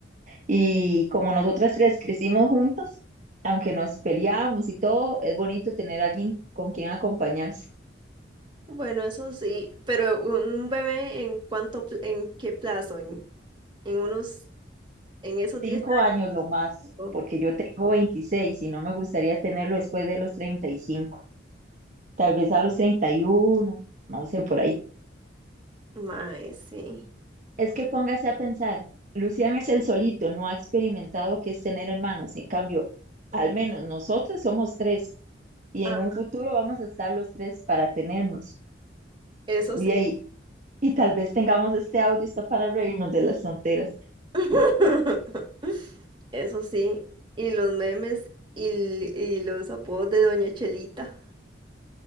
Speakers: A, on the right; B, on the right.
A: Y como nosotras tres crecimos juntas, aunque nos peleábamos y todo, es bonito tener alguien con quien acompañarse.
B: bueno, eso sí, pero un un bebé en cuánto, pl- en qué plazo, en, en unos, en esos
A: Cinco
B: 10 años.
A: años lo más,
B: ¿no?
A: porque yo tengo 26 y no me gustaría tenerlo después de los treinta y cinco tal vez a los treinta y uno no sé, por ahí.
B: Mae, sí.
A: Es que póngase a pensar, Lucian es el solito, no ha experimentado qué es tener hermanos, en cambio, al menos nosotros somos tres y
B: Ah,
A: en un futuro vamos a estar los tres para tenernos.
B: eso
A: Y
B: sí,
A: de ahí Y tal vez tengamos este audio está para reírnos de las tonteras.
B: <laughs> eso sí. Y los memes y, l- y los apodos de Doña Chelita.